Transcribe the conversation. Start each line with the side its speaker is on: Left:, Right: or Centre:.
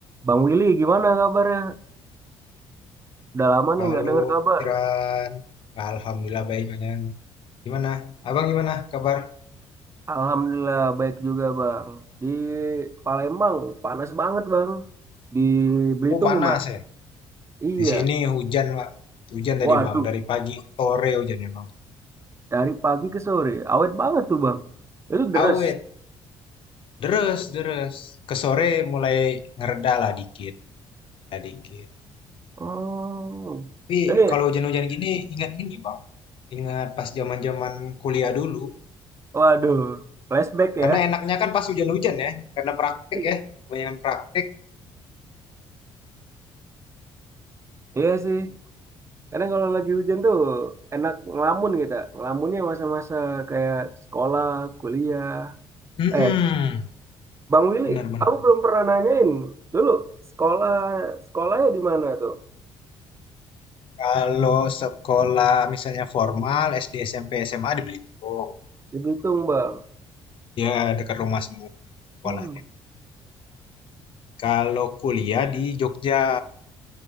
Right: Bang Willy, gimana kabarnya? Udah lama nih
Left: Halo,
Right: nggak dengar kabar.
Left: Tiran. Alhamdulillah baik, Bang. Gimana? Abang gimana kabar?
Right: Alhamdulillah baik juga Bang. Di Palembang panas banget Bang. Di Belitung
Left: Oh, panas
Right: gimana?
Left: ya.
Right: Iya.
Left: Di sini hujan, Pak. Hujan
Right: Waduh,
Left: tadi, Bang. Dari pagi ke sore hujannya, Bang.
Right: dari pagi ke sore awet banget tuh Bang. Itu deres.
Left: Awet. Deres, deres. Ke sore mulai ngereda lah dikit. Reda dikit.
Right: Oh,
Left: Tapi
Right: ini
Left: kalau hujan-hujan gini, ingat ini, Bang. Ingat pas zaman-zaman kuliah dulu.
Right: waduh, flashback
Left: Karena
Right: ya.
Left: enaknya kan pas hujan-hujan ya. Karena praktek
Right: Iya
Left: ya. Kebanyakan praktek.
Right: Iya sih. Kadang kalau lagi hujan tuh enak ngelamun kita. Ngelamunnya masa-masa kayak sekolah, kuliah.
Left: Mm-mm.
Right: Eh, Bang Willy,
Left: Bener, bener.
Right: aku belum pernah nanyain dulu sekolah sekolahnya di mana tuh?
Left: Kalau sekolah misalnya formal SD, SMP, SMA di Belitung.
Right: Di Belitung, Bang.
Left: Ya dekat rumah semua sekolahnya.
Right: Hmm.
Left: Kalau kuliah di Jogja,